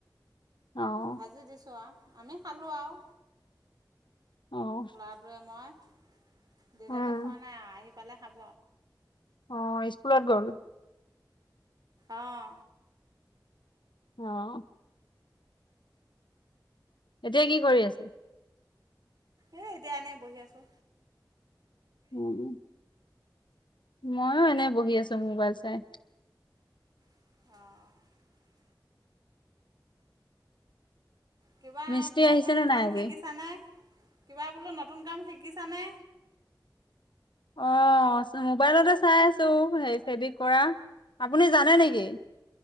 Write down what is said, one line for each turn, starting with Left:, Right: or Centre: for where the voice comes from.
Left: অ',
Right: ভাজি দিছো আ আমি খালোঁ আৰু।
Left: অ',
Right: ল'ৰাটোৱে মই। দেউতাকে
Left: উম,
Right: খোৱা নাই আ আহি পালে খাব।
Left: অ' স্কুলত গ'ল।
Right: অঁ।
Left: অঁ। এতিয়া কি কৰি আছে?
Right: এ এতিয়া এনেই বহি আছো।
Left: <unintelligible> মইয়ো এনেই বহি আছো মোবাইল চাই।
Right: অঁ। কিবা
Left: মিস্ত্ৰী
Right: নতুন
Left: আহিছে নে
Right: কাম
Left: নাই আজি?
Right: শিকিছানে? কিবা বোলো নতুন কাম শিকিছানে?
Left: অ' চ- মোবাইলতে চাই আছো হেৰি ফেবিক কৰা। <unintelligible> আপুনি জানে নেকি?